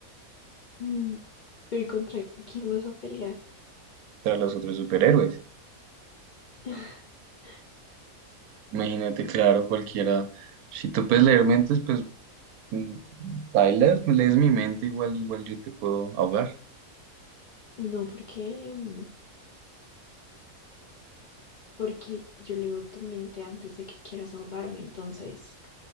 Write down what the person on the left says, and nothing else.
Mm, ¿Pero y contra quién vas a pelear?
<laughs>
No, porque, mm, porque yo leo tu mente antes de que quieras ahogarme, entonces